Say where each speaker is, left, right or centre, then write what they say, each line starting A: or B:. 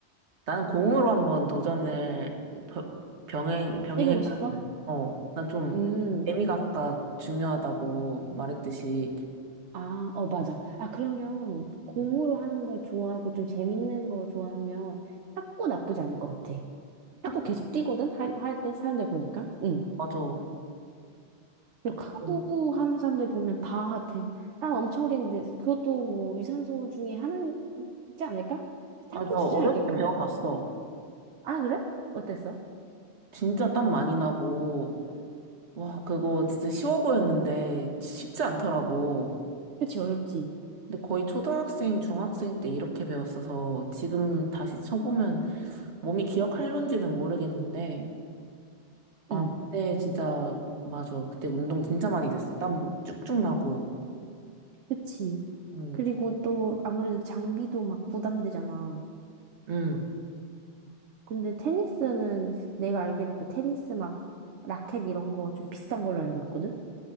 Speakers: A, on the right; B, on the right.
A: 나는 공으로 한번 도전을 벼- 병행, 병행해봐야
B: 해보고 싶어?
A: 돼. 어, 나 좀,
B: 음.
A: 재미가 아까 중요하다고 말했듯이,
B: 아, 어, 맞아. 아, 그러면 공으로
A: 음,
B: 하는 걸 좋아하고 좀 재밌는 거 좋아하면 탁구 나쁘지 않을 것 같아.
A: 탁,
B: 탁구 계속 뛰거든? 할, 할 때? 사람들 보니까? 응.
A: 맞아.
B: 근데
A: 또 그거,
B: 탁구 하는 사람들 보면 다 되게 땀 엄청 흘리는데 그것도 뭐 유산소 중에 하나이지 않을까? 탁구
A: 아, 나
B: 추천할게,
A: 어렸을
B: 그러면.
A: 때 배워봤어.
B: 아, 그래? 어땠어?
A: 진짜 땀 많이 나고, 와, 그거 진짜 쉬워 보였는데 쉽지 않더라고.
B: 그치, 어렵지.
A: 근데 거의 초등학생, 중학생 때 이렇게 배웠어서 지금 다시 쳐보면 몸이 기억할런지는 모르겠는데, 아,
B: 응.
A: 그때 진짜, 맞아. 그때 운동 진짜 많이 됐어. 땀 쭉쭉 나고.
B: 그치.
A: 응,
B: 그리고 또 아무래도 장비도 막 부담되잖아.
A: 응.
B: 근데 테니스는 내가 알기로 그 테니스 막 라켓 이런 거 좀 비싼 걸로 알고 있거든?